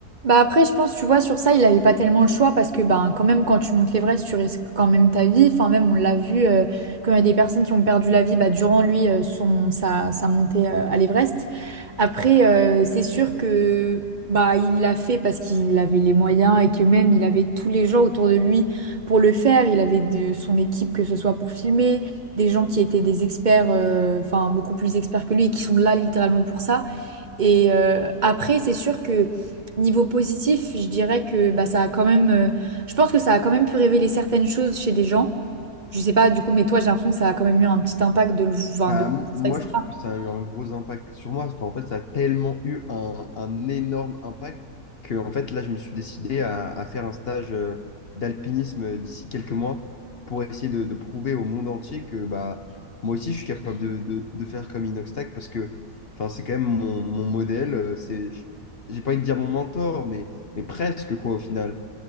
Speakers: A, on the right; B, on the left.
A: Bah après, je pense, tu vois, sur ça, il n'avait pas tellement le choix parce que ben, quand même, quand tu montes l'Everest, tu risques quand même ta vie. Enfin, même, on l'a vu, euh, quand il y a des personnes qui ont perdu la vie bah, durant lui, euh, son, sa, sa montée euh, à l'Everest. Après, euh, c'est sûr que bah, il l'a fait parce qu'il avait les moyens et que même, il avait tous les gens autour de lui pour le faire. Il avait de son équipe, que ce soit pour filmer, des gens qui étaient des experts, euh, enfin, beaucoup plus experts que lui et qui sont là littéralement pour ça. Et euh, après, c'est sûr que... Niveau positif, je dirais que bah, ça a quand même. euh, je pense que ça a quand même pu révéler certaines choses chez des gens. Je sais pas, du coup, mais toi, j'ai l'impression que ça a quand même eu un petit impact de le enfin,
B: Bah,
A: de
B: m- moi,
A: ça, etc.
B: je trouve que ça a eu un gros impact sur moi. Enfin, en fait, ça a tellement eu un, un énorme impact que, en fait, là, je me suis décidé à, à faire un stage euh, d'alpinisme euh, d'ici quelques mois pour essayer de, de prouver au monde entier que bah, moi aussi, je suis capable de, de, de faire comme Inoxtag parce que enfin, c'est quand même mon, mon modèle. euh, C'est, j'ai pas envie de dire mon mentor, mais, mais presque, quoi, au final.